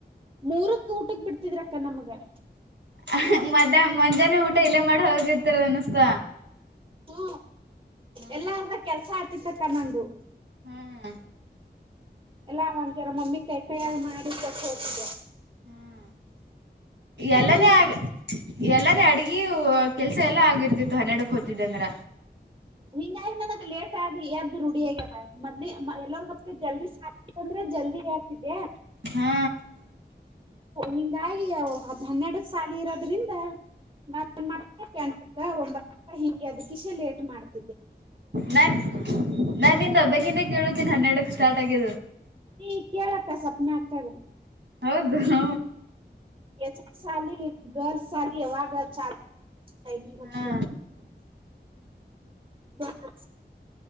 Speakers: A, on the right (about 30°); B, on the right (about 85°).
A: ಮೂರಕ್ಕ ಊಟಕ್ ಬಿಡ್ತಿದ್ರ ಅಕ್ಕ ನಮ್ಮಗ.
B: ಕ್ಷ ಮದ್ಯಾನ ಮಂಜಾನೆ ಊಟ ಇಲ್ಲೇ ಮಾಡ ಹೋಗಿರ್ತರ ಅನಿಸ್ತ.
A: ಹು
B: ಹ್ಮ್
A: ಎಲ್ಲ ಅರ್ಧ ಕೆಲ್ಸ ಆತಿತ್ತಕ್ಕ ನಂದು.
B: ಹ್ಹ.
A: ಎಲ್ಲಾ ಒಂದ ಜರ ಮಮ್ಮಿ ಕೈ ಕೈಯಾಗ ಮಾಡಿ ಕೊಟ್ಟ ಹೋಗತಿದ್ದ.
B: ಹು ಎಲ್ಲಲ್ಲೇ
A: ನನಗ ಅದು
B: ಆಗ. ಎಲ್ಲಾನೇ ಅಡಗಿ ಕೆಲ್ಸ ಎಲ್ಲಾ ಆಗಿರ್ತಿತ್ತು ಹನ್ನೆರಡಕ್ ಹೋತಿದ್ದ ಅಂದ್ರ.
A: ಹಿಂಗ ಆ ಮನಗ ಲೇಟ್ ಆಗ ಎದ್ದು ರುಡಿ ಆಗ ಮದ್ಲಿ ಎಲ್ಲರ್ಗ ಜಲ್ದಿ ಅಂದ್ರೆ ಜಲ್ದಿ ಆಗ್ತಿದ್ಯಾ
B: ಹಾ
A: ಹಿಂಗಾಗಿ ಹದ್ ಹನ್ನೆರಡಕ್ ಸಾಲ ಇರೋದ್ರಿಂದ ನಾವ ನ್ ಮಾಡ್ಬೇಕ ಅಂತಕ್ಕ ಒಂಬತ್ತು ಹಿಂಗೆ ಅದಕಿಷೆ ಲೇಟ್ ಮಾಡ್ತ
B: ನಾನ್ ನಾನಂದು ಹಬ್ಬಕ್ಕಿಂತ ಕೇಳುತ್ತೀನಿ ಹನ್ನೆರಡಕ್ ಸ್ಟಾರ್ಟ್ ಆಗು
A: ಈ ಕೇಳಕ್ಕ ಸುಪ್ನಕ್ಕದು
B: ಹೌದು ಹ
A: ಯಚ್ಚ ಚಲ್ಲಿ ಗರ್ ಸಾರಿ ಹವಗ ಚಾರ್ ಟೈಮಿಂಗ
B: ಹಾ
A: ಹ ಬ